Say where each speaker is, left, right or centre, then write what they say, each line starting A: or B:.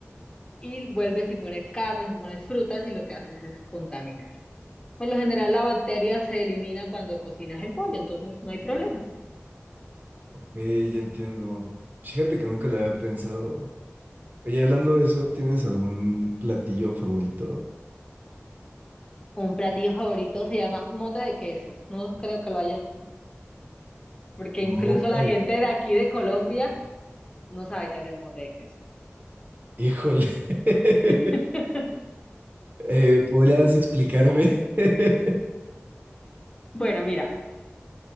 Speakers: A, on the left (about 20°); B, on the right (about 40°).
A: y vuelves y pones carnes, pones frutas y lo que haces es contaminar. Por lo general, la bacteria se elimina cuando cocinas el pollo, entonces no hay problema.
B: ok, ya entiendo. Fíjate que nunca lo había pensado. Oye, hablando de eso, ¿tienes algún platillo favorito?
A: Un platillo favorito se llama mote de queso. No creo que lo haya, porque
B: Mota
A: incluso la gente
B: de... que-
A: de aquí de Colombia no sabe qué hace el mote de queso.
B: Híjole. <laughs>
A: <laughs>
B: Eh, ¿podrías explicarme? <laughs>
A: Bueno, mira,